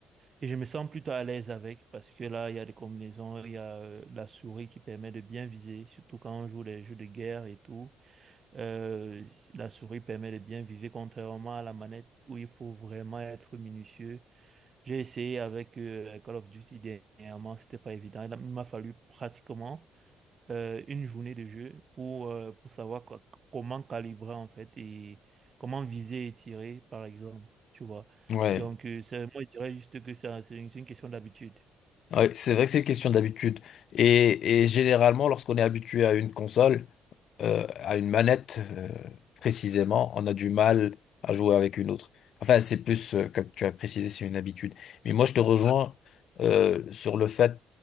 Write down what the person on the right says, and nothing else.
Et je me sens plutôt à l'aise avec parce que là, il y a des combinaisons, il y a euh, la souris qui permet de bien viser, surtout quand on joue les jeux de guerre et tout. Euh, la souris permet de bien viser, contrairement à la manette où il faut vraiment être minutieux. J'ai essayé avec euh, Call of Duty dernièrement, c'était pas évident. Il a- il m'a fallu pratiquement euh, une journée de jeu pour, euh, pour savoir co- comment calibrer en fait et comment viser et tirer, par exemple. Tu vois.
Donc, euh, c'est, moi, je dirais juste que ça, c'est une, c'est une question d'habitude.